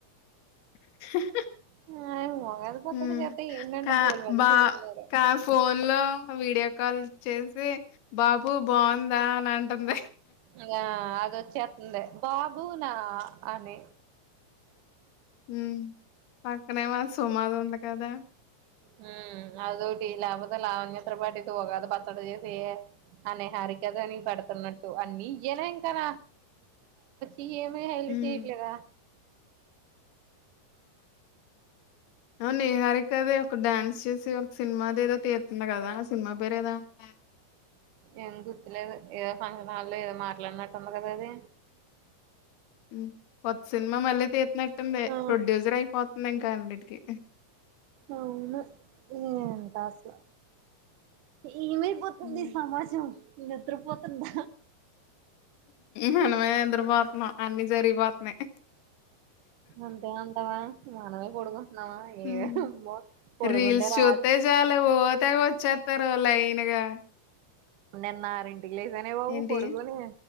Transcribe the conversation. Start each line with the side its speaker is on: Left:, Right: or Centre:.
Left: బ్లాంక్ <inaudible>
Right: ఆ ఉగాది పచ్చడి
Left: హ్మ్
Right: చేత్తే ఏంటంట
Left: కా
Right: బోల్డు మళ్ళీ
Left: బా
Right: చేసున్నారు
Left: కా ఫోన్ లో వీడియో కాల్ చేసి బాబు బావుందా అని అంటంది.
Right: ఇంగా అదొచ్చేత్తుంది బాబునా అని
Left: హ్మ్ పక్కనే మా సుమాది ఉంది కదా
Right: హ్మ్ అదొటి లాపోతే ఆ లావణ్య త్రిపాఠి తో ఉగాది పచ్చడి చేసి ఆ నేహారిక గానీ పడుతున్నట్టు అన్నీ ఇయేన ఇంకాన ఇ ఏమో హెల్ప్
Left: హ్మ్.
Right: చేయట్లేదా
Left: నిహరికది ఒక డాన్స్ చేసి ఒక సినిమాదేదో గదా తీత్తుంది కదా ఆ సినిమా పేరు ఏదో ఉందే
Right: ఏం గుర్తులేదు ఏదో ఫంక్షన్ హల్లో ఏదో మాట్లానట్టు ఉంది కదా అది
Left: మ్ కొత్త సినిమా మళ్ళీ తీత్నట్టుంది
Right: ఆ
Left: ప్రొడ్యూసర్ అయిపోతుంది ఇంకా అండిటికీ
Right: అవునా ఏంటస్లా ఏమైపోతుంది
Left: హ్మ్.
Right: ఈ సమాజం నిద్రపోతుందా
Left: మనమే నిద్రపోత్నం అన్ని జరిగిపోత్నయ్
Right: అంతే అంటావా మనమే పొడుకుంటున్నామా ఏ
Left: హ్మ్.
Right: మ పొడుకుంటే
Left: రీల్స్
Right: రా
Left: చూత్తే జాలే ఓ తెగ వచ్చేత్తారు లైన్ గా
Right: నిన్నా ఆరింటికి లేసానే బాబు
Left: ఏంటి?
Right: పడుకొని